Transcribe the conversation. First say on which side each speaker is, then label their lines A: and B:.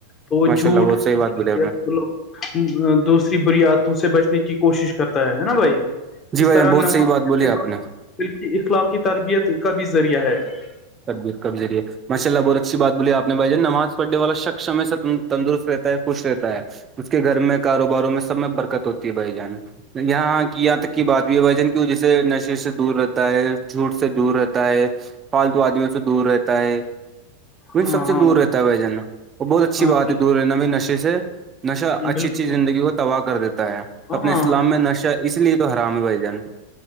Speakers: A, on the left; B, on the right.
A: <unintelligible>
B: ماشاء اللہ بہت صحیح بات بولی آپ نے
A: دوسری برییاتوں سے بچنے کی کوشش کرتا ہے نا بھائی
B: جی
A: اس
B: بھائی
A: طرح
B: جان بہت
A: نوازع
B: صحیح بات بولی
A: ب
B: آپ نے
A: کی اخلاقی تربیت کا بھی ذریعہ ہے <unintelligible>
B: تب کمزری ہے <unintelligible> ماشاء اللہ بہت اچھی بات بولی آپ نے بھائی ج نماز پڑھنے والا شخص ہمیں سے تندرست رہتا ہے خوش رہتا ہے اس کے گھر میں کاروباروں میں سب میں برکت ہوتی ہے بھائی جان یہاں کی یہاں تک کی بات بھی ہے بھ جن کی جیسے نشے سے دور رہتا ہے جھوٹ سے دور رہتا ہے فالتو آدمیوں سے دور رہتا ہے
A: ہاں
B: سب سے
A: ہاں
B: دور
A: بالکل
B: رہتا ہے ب جانا اور بہت اچھی
A: ہاں
B: بات ہے دور رہنا بھی نشے سے نشہ اچھی
A: بالکل
B: اچھی زندگی کو تباہ کر دیتا ہے اپنے
A: ہاں
B: اسلام
A: ہاں
B: میں نشہ اس لیے تو حرام ہے بھائی جان